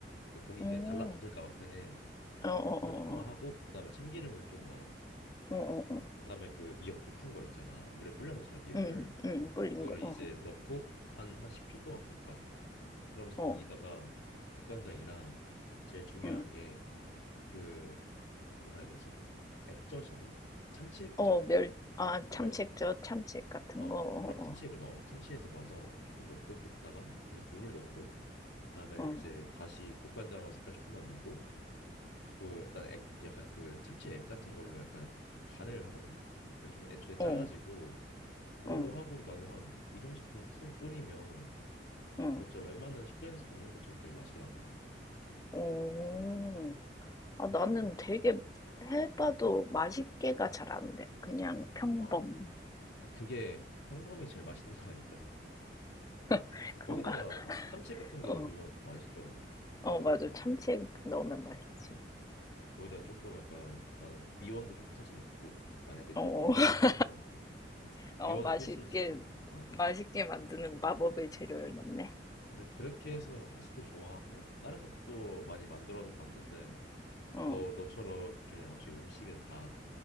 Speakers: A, on the left; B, on the left.
A: 그 고기
B: 어,
A: 그냥 달라붙을까봐 팬에
B: 어, 어, 어,
A: 그래서 조금만 하고 그 다음에 참기름을 좀 넣어
B: 어, 어, 어,
A: 그 다음에 그 미역 부푼 거 있잖아 물에 불려 놓잖아 미역을
B: 응, 응, 불린
A: 그거를
B: 거,
A: 이제
B: 어,
A: 넣고 한 한 10초 동안 볶아 그러면서
B: 어,
A: 거기다가 국간장이랑 제일 중요한
B: 응,
A: 게 그 뭐라 해야 되지 액젓인가 참치 액젓
B: 어, 멸, 아,
A: 아벨
B: 참치액젓, 참치액 같은
A: 어어
B: 거,
A: 그면
B: 어,
A: 참치액을 넣어 참치액을 넣어서 조금 넣고 볶다가 이제 물을 넣고 그다음에
B: 어, 어,
A: 이제 다시 국간장으로 색깔 조금만 내고 그난액 약간 그 참치액 같은 걸로 약간 좀 간을 하거든. 그래서 좀 애초에 짜가지고
B: 어,
A: 그걸로
B: 어, 어,
A: 하고 나는 한 2, 30분 푹 끓이면
B: 어.
A: 그거 진짜 웬만한 식당에서 먹는 것처럼 되게 맛있게 나오던데.
B: 어, 아, 나는 되게 해봐도 맛있게가 잘 안 돼. 그냥 평범.
A: 어. 근데 그게 평범히 제일 맛있는 거 아닐까?
B: <laughs> 그런가?
A: 거기다가 어, 참치액 같은 거
B: 어,
A: 넣으면 더 맛있더라고.
B: 어, 맞아. 참치
A: 음.
B: 넣으면 맛있지.
A: 거기다 조금 약간 나는 미원도 조금 살짝 넣고 만약에
B: 어,
A: 좀 밍밍한
B: <laughs>
A: 거 같으면 아,
B: 어,
A: 미원은
B: 맛있게,
A: 필수지. 어,
B: 맛있게 만드는 마법의
A: 어.
B: 재료를 넣네.
A: 아, 근데 그렇게 해서 한식도 좋아하고 다른 것도 많이 만들어서 봤는데
B: 어,
A: 너 너처럼 그냥 어차피 음식은 다